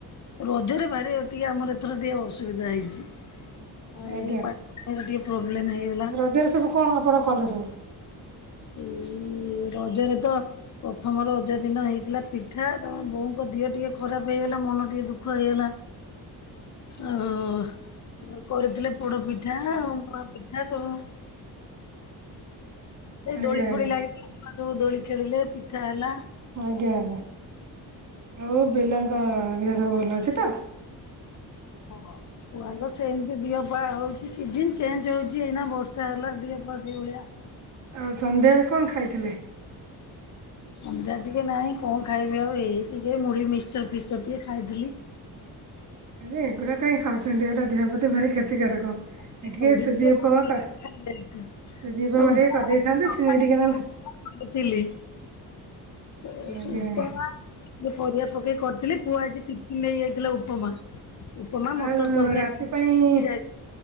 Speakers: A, on the left; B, on the right.
A: ରଜରେ ଭାରି ଅଧିକା ଆମର ଏଥର ଟିକେ ଅସୁବିଧା ହେଇଚି। ଆଉ
B: ଆଜ୍ଞା।
A: ଏଇ ପାଣିର ଟିକେ ପ୍ରୋବ୍ଲେମ୍ ହେଇଗଲା।
B: ରଜରେ ସବୁ କଣ ଆପଣ କଲେ ସବୁ?
A: ଏଇ ରଜରେ ତ ପ୍ରଥମ ରଜ ଦିନ ହେଇଥିଲା ପିଠା ତମ ବୋଉଙ୍କ ଦିହ ଟିକେ ଖରାପ ହେଇଗଲା ମନ ଟିକେ ଦୁଃଖ ହେଇଗଲା। <inaudible> ଆଉ କରିଥିଲେ ପୋଡ ପିଠା ଆଉ ନୂଆ ପିଠା ସବୁ। ସେଇ
B: ଆଜ୍ଞା
A: ଦୋଳି
B: ଆଜ୍ଞା
A: ଫୋଳି ଲାଗି ସବୁ ଦୋଳି ଖେଳିଲେ ପିଠା ହେଲା।
B: ଆଜ୍ଞା ଆଜ୍ଞା ଆଉ ପିଲାଙ୍କ ଦିହ ସବୁ ଭଲ ଅଛି ତ?
A: ହଁ ହଁ। ଛୁଆଙ୍କ ସେମିତି ଦିହପା ହେଉଛି ସିଜନ ଚେଞ୍ଜ ହେଉଛି ଏଇନା ବର୍ଷା ହେଲା ଦିହପା ସେଇଭଳିଆ।
B: ଆଉ ସନ୍ଧ୍ୟାବେଳେ କଣ ଖାଇଥିଲେ?
A: ସନ୍ଧ୍ୟା ଟିକେ ନାଇଁ କଣ ଖାଇବି ଆଉ ଏଇ ଟିକେ ମୁଢି ମିକ୍ସଚର ଫିକ୍ସଚର ଟିକେ ଖାଇଥିଲି।
B: ହଁ ଯେ ଏଗୁଡ଼ା କାହିଁ ଖାଉଛନ୍ତି ଏରା ଦେହ ପ୍ରତି ଭାରି କ୍ଷତିକାରକ।
A: <unintelligible>
B: ଏ ଟିକେ ସୁଜି ଉପମା କ ସୁଜି ଉପମା ଟିକେ କରିଦେଇଥାନ୍ତେ ସିମେଇ ଟିକେ ନହେଲେ
A: <unintelligible> ଥିଲି। <unintelligible>
B: ଆଜ୍ଞା
A: ପରିବା ପକେଇ କରିଥିଲି ପୁଅ ଆଜି ଟିଫିନ ନେଇଯାଇଥିଲା ଉପମା। ଉପମା
B: ଆଉ
A: ମଟର ତରକାରୀ।
B: ରାତି
A: <unintelligible>
B: ପାଇଁ